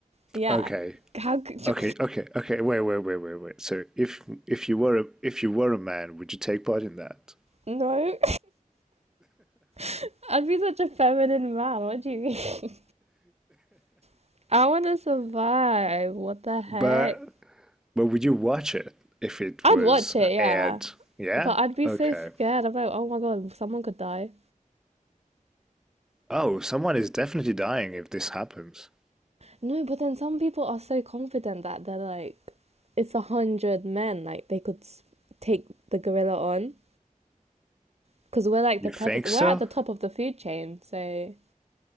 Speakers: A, on the right; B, in the centre.
A: Yeah.
B: Okay.
A: How could you.
B: Okay, okay, okay. Wait, wait, wait, wait, wait. So if if you were a, if you were a man, would you take part in that?
A: No. <laughs> I'd be such a feminine man. What do you mean? <laughs> I want to survive. What the heck?
B: But But would you watch it if it
A: I'd
B: was
A: watch it,
B: uh,
A: yeah.
B: aired? Yeah?
A: But I'd be
B: Okay.
A: so scared. I'm like, oh my god, someone could die.
B: Oh, someone is definitely dying if this happens.
A: No, but then some people are so confident that they're like, it's a hundred men, like they could take the gorilla on. Because we're like
B: You
A: the predator,
B: think so?
A: we're at the top of the food chain, so